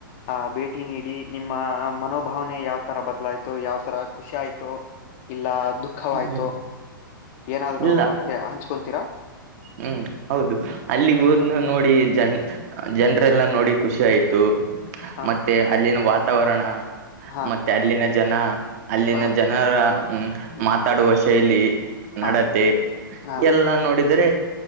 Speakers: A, on the left (about 40°); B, on the right (about 45°).
A: ಆಹ ಭೇಟಿ ನೀಡಿ ನಿಮ್ಮ ಮನೋಭಾವನೆ ಯಾವ್ತರ ಬದಲಾಯ್ತು ಯಾವತರ ಖುಷಿ ಆಾಯ್ತು ಇಲ್ಲ ದುಃಖವಾಯ್ತು
B: ಹ್ಮ್
A: ಏನಾದ್ರೂ
B: ಇಲ್ಲ
A: ಹಂಚ್ಕೊತೀರಾ
B: ಹ್ಮ್ ಹೌದು ಅಲ್ಲಿಗೆ ಹೋದ್ನ ನೋಡಿ ಜನ್ ಜನ್ರೆಲ್ಲಾ ನೋಡಿ ಖುಷಿ ಆಯ್ತು
A: ಹಾ
B: ಮತ್ತೆ ಅಲ್ಲಿನ ವಾತಾವರಣ
A: ಹಾ
B: ಮತ್ತೆ ಅಲ್ಲಿನ ಜನ ಅಲ್ಲಿನ
A: ಮತ್
B: ಜನ ಅ ಆ
A: ಹ್ಮ್
B: ಮಾತಾಡುವ ಶೈಲಿ
A: ಹಾ
B: ನಡತೆ
A: ಹಾ
B: ಎಲ್ಲಾ ನೋಡಿದ ಇದ್ರ